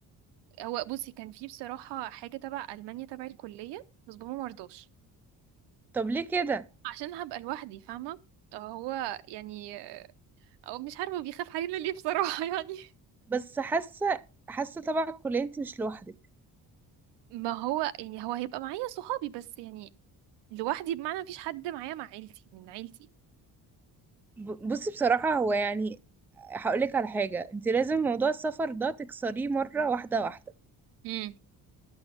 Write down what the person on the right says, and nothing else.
هو بصي كان في بصراحة حاجة تبع ألمانيا تبع الكلية بس بابا مرضاش
عشان هبقى لوحدي فاهمة هو يعني او مش عارفة بيخاف علينا ليه بصراحة <laughs> يعني
ما هو يعني هو هيبقى معايا صحابي بس يعني لوحدي بمعنى مفيش حد معايا مع عيلتي من عيلتي
امم